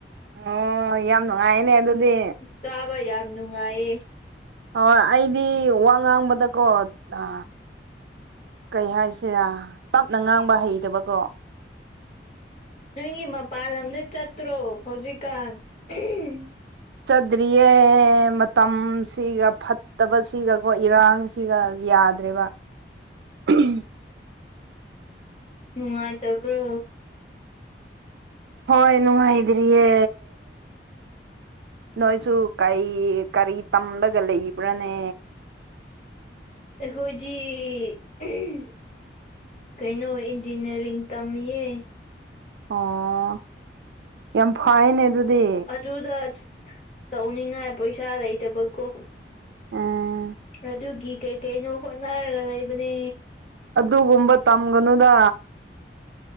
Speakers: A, on the right (about 70°); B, on the left (about 40°).
A: ꯑꯣ ꯌꯥꯝ ꯅꯨꯡꯉꯥꯏꯑꯅꯦ ꯑꯗꯨꯗꯤ
B: ꯇꯥꯕ ꯌꯥꯝ ꯅꯨꯡꯉꯥꯏꯌꯦ
A: ꯑꯧꯑ ꯑꯩꯗꯤ ꯋꯥ ꯉꯥꯡꯕꯗꯀꯣ ꯑ ꯀꯩ ꯍꯥꯏꯁꯤꯔꯥ ꯇꯞꯅ ꯉꯥꯡꯕ ꯍꯩꯗꯕꯀꯣ
B: ꯅꯪꯒꯤ ꯃꯄꯥꯟ ꯂꯝꯗ ꯆꯠꯇ꯭ꯔꯣ ꯍꯧꯖꯤꯛꯀꯥꯟ ꯎꯝ
A: ꯆꯗ꯭ꯔꯤꯌꯦ ꯃꯇꯝꯁꯤꯒ ꯐꯠꯇꯕꯁꯤꯒ ꯀꯣꯏ ꯏꯔꯥꯡꯁꯤꯒ ꯌꯥꯗ꯭ꯔꯦꯕ <unintelligible>
B: ꯅꯨꯡꯉꯥꯏꯇꯕ꯭ꯔꯣ
A: ꯍꯣꯏ ꯅꯨꯡꯉꯥꯏꯗꯔꯤꯌꯦ ꯅꯣꯏꯁꯨ ꯀꯩ ꯀꯔꯤ ꯇꯝꯂꯒ ꯂꯩꯕ꯭ꯔꯥꯅꯦ
B: ꯑꯈꯣꯏꯗꯤ ꯎꯝ ꯀꯩꯅꯣ ꯏꯟꯖꯤꯜꯅꯥꯔꯤꯡ ꯇꯝꯃꯤꯌꯦ
A: ꯑꯣ ꯌꯥꯝ ꯐꯥꯏꯅꯦ ꯑꯗꯨꯗꯤ
B: ꯑꯗꯨꯗ ꯇꯧꯅꯤꯡꯉꯥꯏ ꯄꯩꯁꯥ ꯂꯩꯇꯕꯀꯣ
A: ꯎꯝ
B: ꯑꯗꯨꯒꯤ ꯀꯩ ꯀꯩꯅꯣ ꯍꯣꯠꯅꯔꯒ ꯂꯩꯕꯅꯦ
A: ꯑꯗꯨꯒꯨꯝꯕ ꯇꯝꯒꯅꯨꯗ